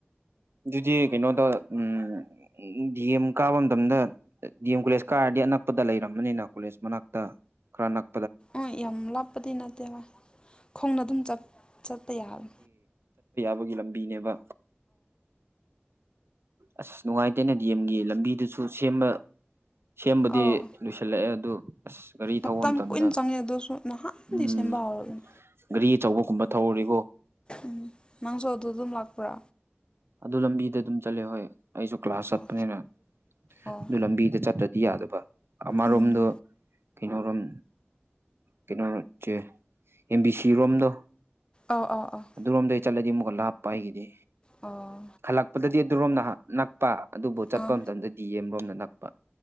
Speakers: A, on the right; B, on the left.
A: ꯑꯗꯨꯗꯤ ꯀꯩꯅꯣꯗ ꯎꯝ ꯎꯝ ꯗꯤ ꯑꯦꯝ ꯀꯥꯕ ꯃꯇꯝꯗ ꯗꯤ ꯑꯦꯝ ꯀꯣꯂꯦꯖ ꯀꯥꯔꯗꯤ ꯑꯅꯛꯄꯗ ꯂꯩꯔꯝꯕꯅꯤꯅ ꯀꯣꯂꯦꯖ ꯃꯅꯥꯛꯇ ꯈꯔ ꯅꯛ
B: ꯎ ꯌꯥꯝꯂ ꯂꯞꯄꯗꯤ ꯅꯠꯇꯕ ꯈꯣꯡꯅ ꯑꯗꯨꯝ ꯆꯠꯄ ꯌꯥꯕꯦ
A: ꯒꯤ ꯂꯝꯕꯤꯅꯦꯕ ꯑꯁ ꯅꯨꯡꯉꯥꯏꯇꯦꯅꯦ ꯗꯤ ꯑꯦꯝꯒꯤ ꯂꯝꯕꯤꯗꯨꯁꯨ ꯁꯦꯝꯕ ꯁꯦꯝꯕꯗꯤ
B: ꯑꯧ
A: ꯂꯣꯏꯁꯤꯜꯂꯛꯑꯦ ꯑꯗꯨ ꯑꯁ ꯒꯥꯔꯤ
B: ꯃꯇꯝ
A: ꯊꯧꯕ ꯃꯇꯝꯗ
B: ꯀꯨꯏꯅ ꯆꯪꯉꯦ ꯑꯗꯨꯁꯨ ꯅꯍꯥꯟꯗꯤ
A: ꯎꯝ
B: ꯁꯦꯝꯕ ꯍꯧꯔꯕꯅꯤ
A: ꯒꯥꯔꯤ ꯑꯆꯧꯕꯒꯨꯝꯕ ꯊꯧꯔꯤꯀꯣ
B: ꯎꯝ ꯅꯪꯁꯨ ꯑꯗꯨ ꯑꯗꯨꯝ ꯂꯥꯛꯄ꯭ꯔꯥ
A: ꯑꯗꯨ ꯂꯝꯕꯤꯗ ꯑꯗꯨꯝ ꯆꯠꯂꯦ ꯍꯣꯏ ꯑꯩꯁꯨ ꯀ꯭ꯂꯥꯁ ꯆꯠꯄꯅꯤꯅ
B: ꯑꯣ ꯑꯣ
A: ꯑꯗꯨ ꯂꯝꯕꯤꯗ ꯆ ꯌꯥꯗꯕ ꯑꯃꯔꯣꯝꯗꯣ
B: ꯎꯝ
A: ꯀꯩꯅꯣꯔꯣꯝ ꯀꯩꯅꯣ ꯆꯦ ꯑꯦꯝ ꯕꯤ ꯁꯤ ꯔꯣꯝꯗꯣ
B: ꯑꯣ ꯑꯣ ꯑꯣ
A: ꯑꯗꯨꯔꯣꯝꯗꯩ ꯆꯠꯂꯗꯤ ꯑꯃꯨꯛꯀ ꯂꯥꯞꯄ ꯑꯩꯒꯤꯗꯤ
B: ꯑꯣ
A: ꯈꯜꯂꯛꯄꯗꯗꯤ ꯑꯗꯨꯔꯣꯝꯅ ꯅꯛꯄ ꯑꯗꯨꯕꯨ ꯆꯠꯄ
B: ꯑꯥ
A: ꯃꯇꯝꯗꯗꯤ ꯗꯤ ꯑꯦꯝꯔꯣꯝꯅ ꯅꯛꯄ